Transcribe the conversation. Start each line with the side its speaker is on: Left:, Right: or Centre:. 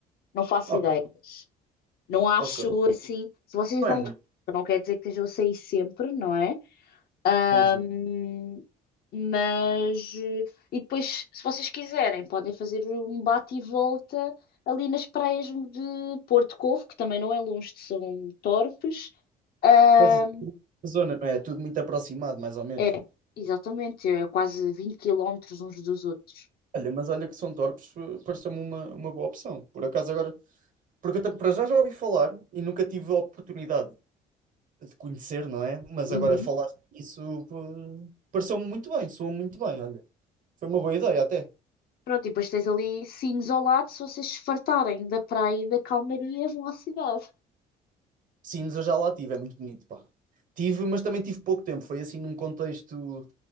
Left: Não faço
Right: Ok,
Left: ideia, mas não acho
Right: ok.
Left: assim. Se vocês
Right: Não
Left: vão
Right: é muito.
Left: de carro, não quer dizer que eu saí sempre, não é? Ahm,
Right: Sim, sim.
Left: mas. eh, E depois, se vocês quiserem, podem fazer um bate e volta ali nas praias de Porto Covo, que também não é longe de São Torpes. Ah,
Right: Pois isso, a zona, não é? É Tudo muito aproximado, mais ou menos.
Left: É, exatamente, é quase 20 quilómetros uns dos outros.
Right: Olha, mas olha que São Torpes eh, pareceu-me uma, uma boa opção. Por acaso agora. Porque eu tam- para já já ouvi falar e nunca tive a oportunidade de conhecer, não é? Mas
Left: Uhum.
Right: agora falaste isso, eh, pareceu-me muito bem, soou muito bem, olha. Foi uma boa ideia até.
Left: Pronto, e depois tens ali Sines ao lado, se vocês se fartarem da praia e da calmaria, vão à cidade.
Right: Sines eu já lá tive, é muito bonito, pá. Tive, mas também tive pouco tempo. Foi assim num contexto